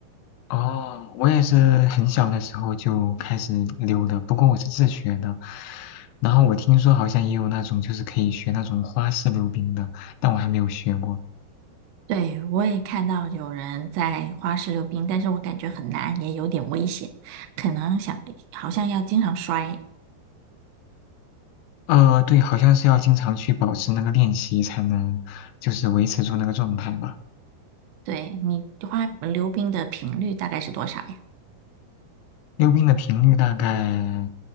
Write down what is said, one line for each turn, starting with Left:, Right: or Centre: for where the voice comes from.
Left: 哦，我也是很小的时候就开始溜的，不过我是自学的。然后我听说好像也有那种就是可以学那种花式溜冰的，但我还没有学过。
Right: 对，我也看到有人在花式溜冰，但是我感觉很难，也有点危险，可能想好像要经常摔。
Left: 呃，对，好像是要经常去保持那个练习才能就是维持住那个状态吧。
Right: 对，你花溜冰的频率大概是多少呀？
Left: 溜冰的频率大概